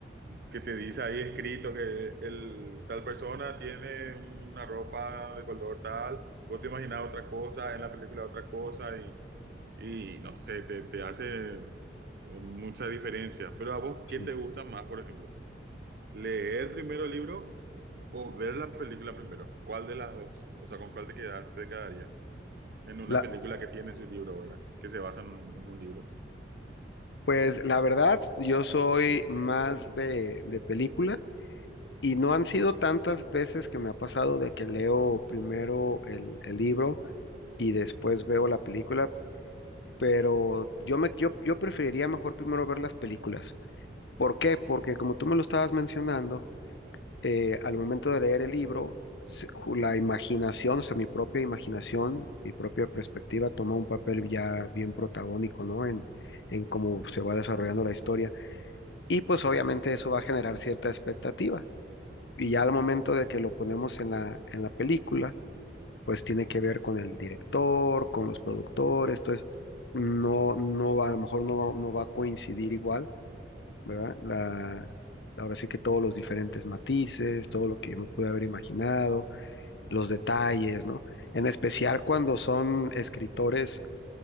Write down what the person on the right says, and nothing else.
que te dice ahí escrito que el, tal persona tiene una ropa de color tal, vos te imaginás otra cosa, en la película otra cosa y... Y no sé, te, te hace mucha diferencia. Pero a vos,
¿qué te gusta más, por ejemplo? ¿Leer primero el libro o ver la película primero? ¿Cuál de las dos? O sea, ¿con cuál te quedas, te quedarías? En una
película que tiene su libro, ¿verdad? Que se basa en un, en un libro.